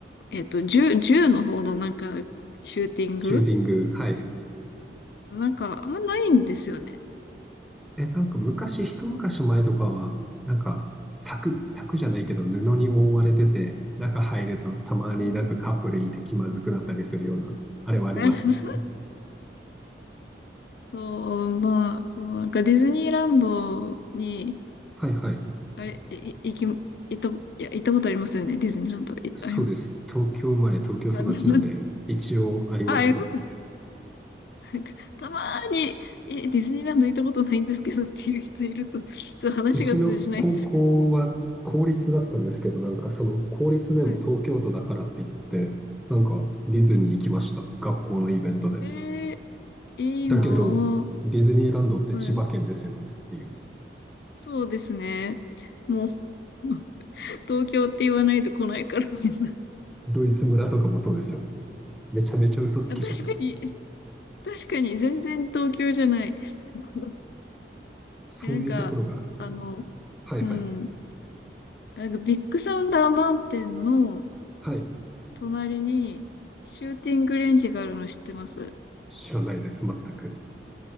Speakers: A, on the left; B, in the centre.
A: えっと、銃、銃の方のなんか、シューティング
B: シューティング。はい。
A: なんか、あんまないんですよね。
B: え、なんか昔、一昔前とかは、なんか柵、柵じゃないけど布に覆われてて、中入るとたまになんかカップルいて気まずくなったりするような、
A: うん。
B: あれはありましたよね。
A: <laughs> そう、まあ、そう、なんかディズニーランドに、
B: はいはい。
A: あれ、い、い行き、行った、いや、行ったことありますよね、ディズニーランド。い、
B: そうです。
A: あり、
B: 東京生まれ、東京育ちなんで、
A: あ、<laughs>
B: 一応ありますね。
A: あ、よかった。なんか、たまーに、え、ディズニーランド行ったことないんですけどっていう人いると、ちょっと話が通じないんですけど。
B: うちの高校は公立だったんですけど、なんかその公立でも東京都だからって言って、
A: はい。
B: なんかディズニー行きました、学校のイベントで。
A: えー、いいの
B: だけど、ディズニーランドって千葉県ですよねっていう。
A: はい。そうですね。もう、<laughs> 東京って言わないと来ないから。<laughs>
B: ドイツ村とかもそうですよね。めちゃめちゃ嘘つきじゃん
A: あ確かに、確かに全然東京じゃない。<laughs>
B: そういうところが、
A: え、なんか、あの、
B: はいはい、
A: うん、なんかビッグサウンダーマウンテンの
B: はい、
A: 隣にシューティングレンジがあるの知ってます
B: 知らないです、全く。